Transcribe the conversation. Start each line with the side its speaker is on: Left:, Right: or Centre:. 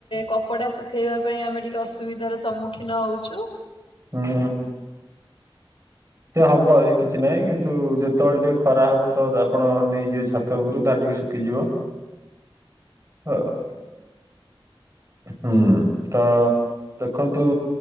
Left: କପଡା ଶୁଖେଇବା ପାଇଁ ଆମେ ଟିକେ ଅସୁବିଧାର ସମ୍ମୁଖୀନ ହଉଛୁ।
Right: ହୁଁ ହୁଁ। ସେ ହବ ଅ, ସେ କିଛି ନାହିଁ କିନ୍ତୁ ଯେତେବେଳେ ଟିକେ ଖରା ହବ ତ ଆପଣ ନେଇଯିବେ ଛାତ ଉପରୁ ତାତି ଶୁଖିଯିବ। ଅ
Left: ଆଜ୍ଞା।
Right: ହୁଁ ତ ଦେଖନ୍ତୁ